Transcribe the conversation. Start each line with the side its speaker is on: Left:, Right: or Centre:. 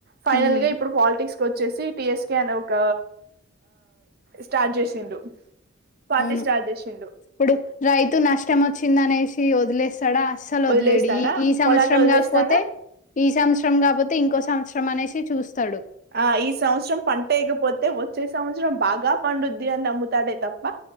Right: ఫైనల్
Left: ఉమ్
Right: గా ఇప్పుడు పాలిటిక్స్ వచ్చేసి టిఎస్క అని ఒక స్టార్ట్ చేసిండు పార్టీ
Left: అవును
Right: స్టార్ట్ చేసిండు
Left: ఇప్పుడు రైతు నష్టం వచ్చిందనేసి వదిలేస్త డ అస్సలు వద్లేడి
Right: వదిలేస్తాడా
Left: ఈ ఈ సంవత్సరం
Right: పొలాన్ని వదిలేస్తాడా
Left: కాకపోతే ఈ సంవత్సరం కాకపోతే ఇంకొస్త సంవత్సరం అనేసి చూస్తాడు
Right: ఆ ఈ సంవత్సరం పంట వేకపోతే వచ్చే సంవత్సరం బాగా పండుద్ది అని నమ్ముతాడే తప్ప